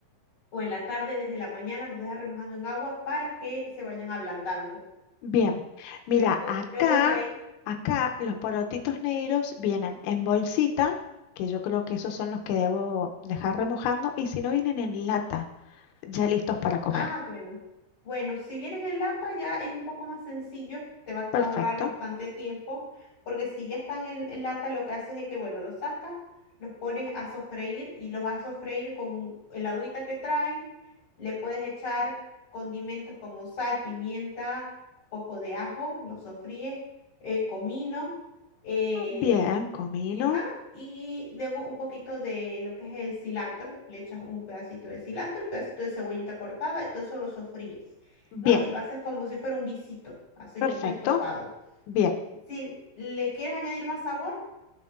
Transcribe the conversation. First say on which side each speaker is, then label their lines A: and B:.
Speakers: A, on the left (about 35°); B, on the left (about 80°).
A: o en la tarde, desde la mañana los dejas remojando en agua para que se vayan ablandando.
B: Bien. Mira,
A: Luego,
B: acá,
A: luego de ahí
B: acá los porotitos negros vienen en bolsita, que yo creo que esos son los que debo dejar remojando, y si no vienen en lata, ya listos para comer.
A: Ah, bueno. Bueno, si vienen en lata ya es un poco más sencillo, te va
B: Perfecto.
A: a ahorrar bastante tiempo, porque si ya están en, en lata, lo que haces es que, bueno, los sacas, los pones a sofreír y los vas a sofreír con el agüita que traen. Le puedes echar condimentos como sal, pimienta, poco de ajo, los sofríes, eh, comino, eh,
B: Bien, comino.
A: Ajá, y luego un poquito de lo que es el cilantro, le echas un pedacito de cilantro, un pedacito de cebollita cortada, y todo eso lo sofríes,
B: Bien,
A: ¿no? Y lo haces como si fuera un guisito, así
B: perfecto.
A: como un estofado.
B: Bien.
A: Si le quieres añadir más sabor,